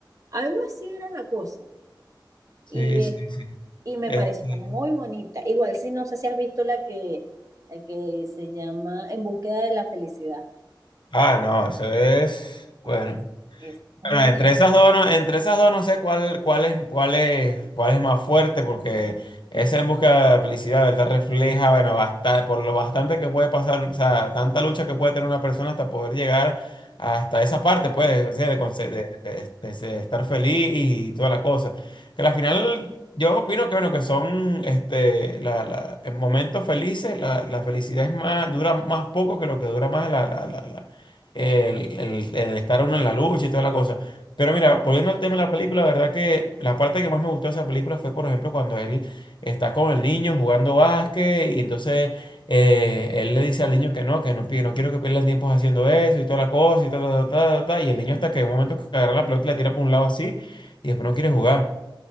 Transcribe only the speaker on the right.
algo así era la cosa.
Y,
es
y me
pareció muy bonita. Igual si no sé si has visto la que, la que se llama En búsqueda de la felicidad.
Es, es muy-